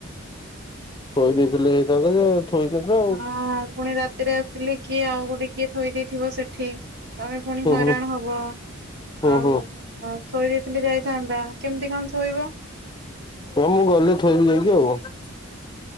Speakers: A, on the left; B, on the right.
A: ଶୋଇ ଦେଇଥିଲେ ହେଇଥାନ୍ତା ଯେ ଥୋଇ ଦେଇନ
B: ହଁ, ପୁଣି ରାତିରେ ଆସିଲେ କିଏ ଆଉ ଗୋଟେ କିଏ ଥୋଇ ଦେଇଥିବ ସେଠି। ତମେ ପୁଣି
A: ହୁଁ
B: ହଇରାଣ
A: ହୁଁ
B: ହବ।
A: ହୁଁ
B: ଆଉ
A: ହୁଁ।
B: ଥୋଇ ଦେଇଥିଲି ଯାଇଥାନ୍ତା। କେମତି କଣ ଥୋଇବ?
A: ହଁ, ମୁଁ ଗଲେ ଥୋଇବି ଯାଇଁକି ଆଉ କଣ?